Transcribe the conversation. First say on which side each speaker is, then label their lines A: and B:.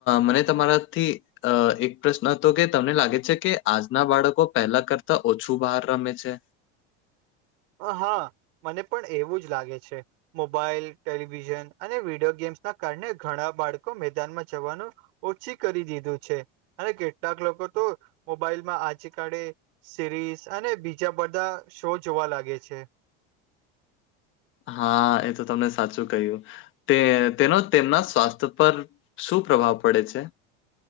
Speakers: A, on the left; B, on the right.
A: મને તમારાથી અ એક પ્રશ્ન હતો કે તમને લાગે છે કે આજના બાળકો પહેલા કરતા ઓછું બહાર રમે છે
B: હા મને પણ એવું જ લાગે છે મોબાઈલ ટેલિવિઝન અને વિડીિયો ગેમ્સ ના કારણે ઘણા બાળકો મેદાનમાં જવાનું ઓછી કરી દીધું છે અને કેટલાક લોકો તો મોબાઈલમાં આજે કળે સિરીસ અને બીજા બધા શો જોવા લાગે છે
A: હા એ તો તમને સાચું કહ્યું તે તેનો તેમના સ્વાસ્થ્ય પર શું પ્રભાવ પડે છે